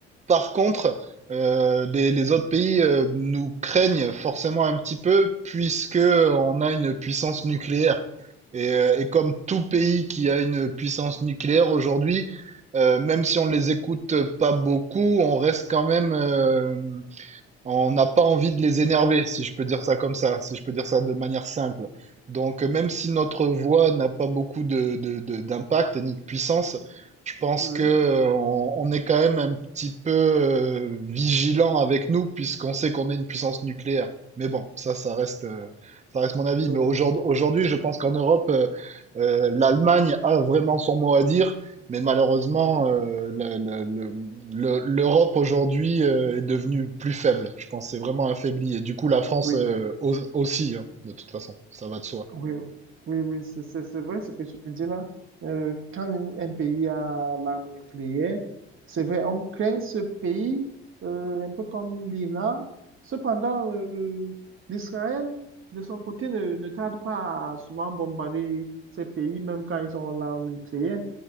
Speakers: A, on the right (about 25°); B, on the right (about 45°).
A: Par contre, euh, les, les autres pays euh, nous craignent forcément un petit peu puisque on a une puissance nucléaire. Et, euh, et comme tout pays qui a une puissance nucléaire aujourd'hui, euh, même si on les écoute pas beaucoup, on reste quand même euh, on n'a pas envie de les énerver, si je peux dire ça comme ça, si je peux dire ça de manière simple. Donc, euh, même si notre voix n'a pas beaucoup de, de- de- d'impact ni de puissance, je pense
B: Oui,
A: que euh, on, on est quand même un petit peu euh, vigilant avec nous, puisqu'on sait qu'on est une puissance nucléaire. Mais bon, ça, ça reste, euh, ça reste mon avis.
B: euh,
A: Mais aujourd'hui, aujourd'hui, je pense qu'en Europe, euh, euh, l'Allemagne a vraiment son mot à dire. Mais malheureusement,
B: oui,
A: euh, le- le- le- le- l'Europe aujourd'hui euh, est devenue plus faible. Je pense que c'est vraiment affaibli. Et du coup, la France
B: oui.
A: euh, au- aussi, hein, de toute façon, ça va de soi.
B: Oui, oui, oui, c'est c'est- c'est vrai ce que tu dis là. Euh, quand un un pays a l'arme nucléaire, c'est vrai, on craint ce pays, euh, un peu comme l'Iran. Cependant, euh, l'Israël, de son côté, ne, ne tarde pas à souvent bombarder ces pays, même quand ils ont l'arme nucléaire.